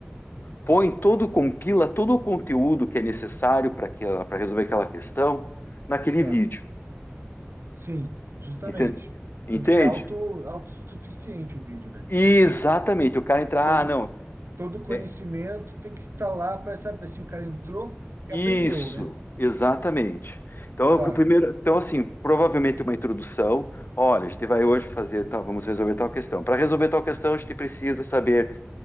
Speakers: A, on the left; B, on the right.
A: põe todo, compila todo o conteúdo que é necessário para para resolver aquela questão naquele
B: Tá.
A: vídeo.
B: Sim, justamente.
A: Entende? Entende?
B: Tem que ser auto, autossuficiente o vídeo, né?
A: E Exatamente. O cara entra,
B: Todo,
A: ah, não.
B: todo conhecimento
A: é,
B: tem que estar lá para, sabe, assim, o cara entrou e
A: Isso,
B: aprendeu, né?
A: exatamente. Então,
B: Tá,
A: o que o primeiro, então assim, provavelmente uma introdução. Olha, a gente vai hoje fazer tal, vamos resolver tal questão. Para resolver tal questão, a gente precisa saber,